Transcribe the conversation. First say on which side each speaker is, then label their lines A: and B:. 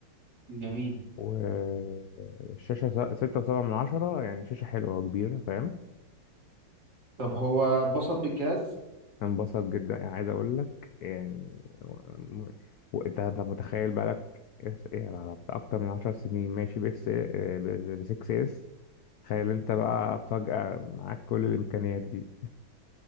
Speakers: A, on the right; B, on the left.
A: جميل
B: والشاشة ستة وسبعة من عشرة يعني شاشة حلوة وكبيرة فاهم
A: طب هو اتبسط بالجهاز
B: انبسط جدا يعني عايز اقول لك يعني و- وانت هتبقى متخيل بقالك إس- يعني على بتاع اكتر من عشر سنين ماشي بس آه، ب 6 اس تخيل انت بقى فجأة معاك كل الامكانيات دي